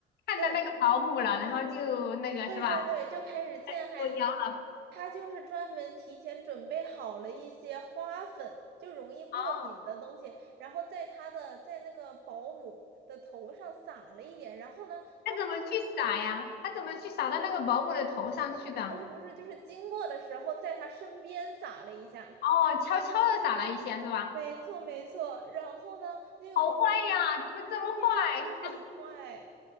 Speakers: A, on the left; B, on the right.
A: 看到那个保姆了，
B: 对
A: 然后就那个是吧？
B: 对对对，就开始陷害他。
A: 作妖了。
B: 他就是专门提前准备好了一些花粉，就容易过敏的东西，
A: 哦
B: 然后在他的在那个保姆的头上撒了一点，然后呢，他马
A: 他怎么去撒呀？他怎么去撒到那个保姆的头上去的？
B: 不是不是就是经过的时候在他身边撒了一下。
A: 哦，悄悄的撒了一下是吧？
B: 没错，没错。然后呢，那个保
A: 好坏呀，怎么这么坏？
B: 对，真的很坏。